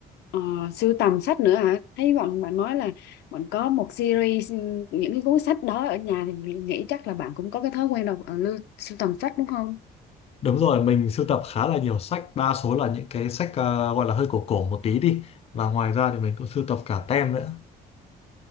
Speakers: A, on the left (about 80°); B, on the left (about 35°).
A: ờ, sưu tầm sách nữa hả? Thấy bạn bạn nói là bạn có một series ừ, những cái cuốn sách đó ở nhà thì mình nghĩ chắc là bạn cũng có cái thói quen đọc ờ, lưu- sưu tầm sách đúng không?
B: Đúng rồi, mình sưu tập khá là nhiều sách. Đa số là những cái sách à, gọi là hơi cổ cổ một tí đi. Và ngoài ra thì mình cũng sưu tập cả tem nữa.